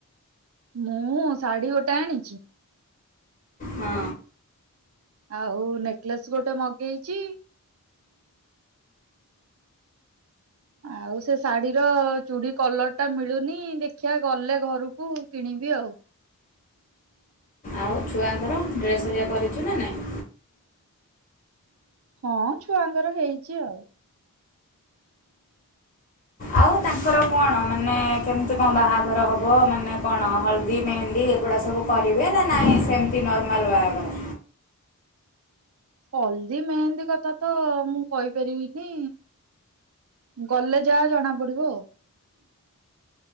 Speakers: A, on the right (about 80°); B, on the left (about 35°).
A: ମୁଁ ଶାଢ଼ୀ ଗୋଟେ ଆଣିଛି।
B: ହଁ
A: ଆଉ ନେକଲେସ୍ ଗୋଟେ ମଗେଇଚି। ଆଉ ସେ ଶାଢୀର ଚୁଡି କଲର୍ ଟା ମିଳୁନି ଦେଖିଆ ଗଲେ ଘରକୁ କିଣିବି ଆଉ।
B: ଆଉ ଛୁଆଙ୍କର ଡ୍ରେସ୍ ହେରିଆ କରିଚୁ ନା ନାଇଁ?
A: ହଁ ଛୁଆଙ୍କର ହେଇଚି ଆଉ।
B: ଆଉ ତାଙ୍କର କଣ ମାନେ କେମିତି କଣ ବାହାଘର ହବ? ମାନେ କଣ ହଳଦୀ ମେହେନ୍ଦୀ ଏଗୁଡ଼ା ସବୁ କରିବେ ନା ନାହିଁ ସେମିତି ନର୍ମାଲ୍ ବାହାଘର?
A: ହଲଦୀ ମେହେନ୍ଦୀ କଥା ତ ମୁଁ କହିପାରିବିନି। ଗଲେ ଯାହା ଜଣା ପଡିବ।